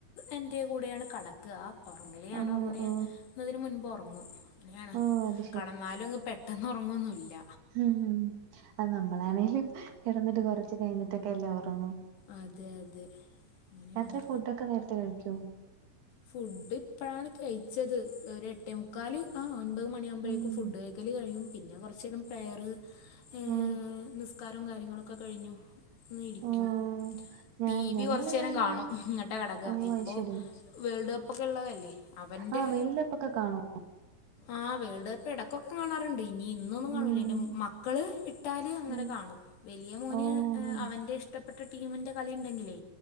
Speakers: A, on the left; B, on the right.
A: എന്റെ കൂടെയാണ് കെടക്ക ഉറങ്ങല് ഞാൻ
B: ഓ
A: ഉറങ്ങുന്നതിന്
B: ഓ
A: മുൻപ് ഉറങ്ങും.. അങ്ങനെയാണ്..
B: ഓ അത്
A: കടന്നാലും പെ പെട്ടെന്ന് ഉറങ്ങൊന്നുല്ല
B: ഹം അ നമ്മളാണെങ്കലും കിടന്നിട്ട് കുറച്ച് കഴിഞ്ഞിട്ടൊക്കെ അല്ലേ ഉറങ്ങു
A: അതെ അതെ അങ്ങനെയാണ്
B: രാത്രി ഫുഡോക്കെ നേരത്തെ കഴിക്കോ
A: ഫുഡ് ഇപ്പഴാണ് കഴിച്ചത്... ഒരു എട്ടേ മുക്കാല് ആ ഒൻപത് മണിയാകുമ്പോഴേക്കും
B: ഉം
A: ഫുഡ് കഴ കഴിയും പിന്നെ കുറച്ച നേരം പ്രയർ.. ഹ്...
B: ആഹ്
A: നിസ്കാ ക്കാരും കാര്യങ്ങളൊക്കെ കഴിഞ്ഞു ഇരിക്കും
B: ആഹ് ഞാൻ
A: ടി
B: ഞങ്ങളിത്
A: വി കുറച്ചു നേേരം കാണും
B: ആഹ്
A: എന്നിട്ടാ കിടക്കാ.
B: ഓഹ്
A: ഇപ്പോൾ
B: അത് ശരി
A: വേൾഡ് കപ്പ് ഒക്കെ ഉള്ളതല്ലേ അവൻറെ
B: ആഹ് വേൾഡ് കപ്പൊക്കെ കാണോ
A: ആഹ്.. വേൾഡ് കപ്പ് ഇടക്കൊക്കെ കാണാറുണ്ട് ഇനി ഇന്നൊന്നും കാണൂല..
B: ഉം
A: എന്റെ മക്കള് ഇട്ടാല് അങ്ങനെ
B: ഉം
A: കാണും.. വലിയ മോന്
B: ഓഹ്
A: അവന്റെ ഇഷ്ട ഇഷ്ടപ്പെട്ട ടീമിന്റെ കളി ഉണ്ടെങ്കിലേ